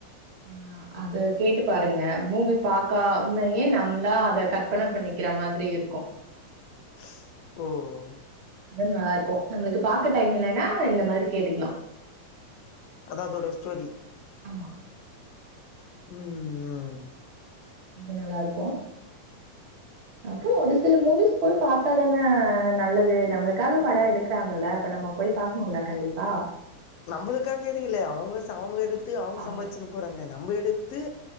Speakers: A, on the right; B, on the left.
A: ஆஹ அது கேட்டு பாருங்க மூவி பாக்காமயே நம்மளா அத கற்பனை பண்ணிக்கிற மாதிரி இருக்கும்
B: ஸ் ஓ ஓ
A: நல்லா இருக்கும் நம்மளுக்கு பாக்க டைம் இல்லலைன்னா இந்த மாதிரி கேட்டுக்கலாம்
B: அது அதோட ஸ்டோரி
A: ஆமா
B: உம் உம்
A: அது நல்லா இருக்கும் அப்புறம் ஒரு சில மூவிஸ் போய் பாத்தா தானே நல்லது நம்மளுக்காக படம் எடுக்குறாங்கல்ல அப்ப நம்ம போய் பாகக்கணும்ல கண்டிப்பா
B: நம்மளுக்காக எடுக்கலேயே அவுங்க அவுங்க எடுத்து அவுங்க
A: அவங்க
B: சம்பாதிச்சுன்னு போறாங்க நம்ம எடுத்து